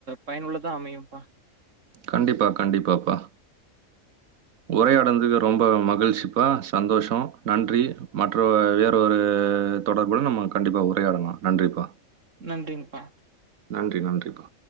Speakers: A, on the right; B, on the right.
A: பயனுள்ளதா அமையும்ப்பா
B: கண்டிப்பா கண்டிப்பாப்பா உரையாடனதுக்கு ரொம்ப மகிழ்ச்சிப்பா சந்தோஷோ நன்றி மற்ற வேற ஒரு தொடர்புல நம்ம கண்டிப்பா உரையாடலா நன்றிப்பா
A: நன்றிங்கப்பா
B: நன்றி நன்றிப்பா